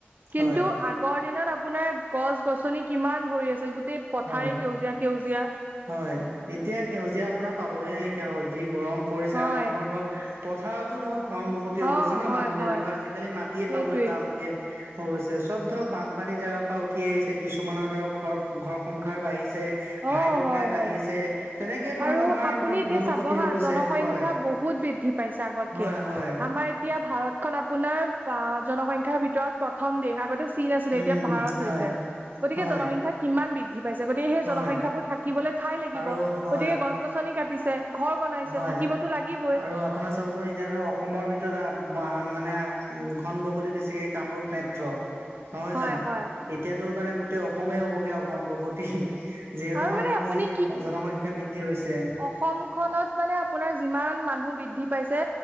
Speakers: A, on the right (about 45°); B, on the right (about 85°).
A: কিন্তু
B: হয়
A: আগৰ দিনত আপোনাৰ গছ-গছনি কিমান ভৰি আছিল। গোটেই পথাৰে
B: হয়
A: সেউজীয়া-সেউজীয়া।
B: হয়। এতিয়া সেউজীয়া আপোনাৰ পাবলৈ নাইকিয়া হ'ল, যি গৰম পৰিছে
A: হয়
B: মানুহৰ ধৰক পথাৰতো ধৰক ঘন বসতি হৈ
A: অ
B: গৈছে ন'।
A: হয়
B: মানুহবিলাকৰ
A: হয়
B: আজিকালি মাটিয়ে
A: সেইটোৱে
B: পাবলৈ টান। হৈ গৈছে চ'ব ধৰক বানপানী জেগাৰ পৰা উঠি আহিছে। কিছুমানৰ ধৰক ঘৰ-ঘৰ সংসাৰ বাঢ়িছে। ভাই
A: অহ',
B: ককাই
A: হয়,
B: বাঢ়িছে
A: হয়।
B: তেনেকে ধৰক
A: আৰু
B: আমাৰ
A: আপুনি
B: ধৰক
A: এতিয়া
B: ঘন
A: চাব
B: বসতি
A: হা
B: হৈ গৈছে
A: জনসংখ্যা
B: হয়
A: বহুত বৃদ্ধি পাইছে আগতকে।
B: হয় হয়
A: আমাৰ এতিয়া ভাৰতখনন আপোনাৰ বা জনসংখ্যাৰ ভিতৰত প্ৰথম দেশ। আগতে চীন আছিলে
B: উম
A: এতিয়া ভাৰত
B: হয়
A: হৈছে। গতিকে
B: হয়
A: জনসংখ্যা কিমান বৃদ্ধি পাইছে। গতিকে সেই
B: হয়
A: জনসংখ্যাবোৰ থাকিবলৈ ঠাই লাগিব।
B: আৰু হয়
A: গছ-গছনি কাটিছে, ঘৰ বনাইছে
B: হয়
A: থাকিবতো লাগিবই।
B: আৰু আপোনাৰ চাবচোন, এতিয়া ধৰক অসমৰ ভিতৰত মানে ঘন বসতি বেছিকে কামৰূপ মেট্ৰ। নহয়
A: হয়
B: জানোঁ,
A: হয়
B: এতিয়াতো মানে গোটেই অসমেই হবগৈ আৰু ঘন বসতি। যিহেতু
A: আৰু
B: মানুহৰ
A: মানে আপুনি
B: যি জনসংখ্যা বৃদ্ধি হৈছে।
A: অসম খনত মানে আপোনাৰ যিমান মানুহ বৃদ্ধি পাইছে,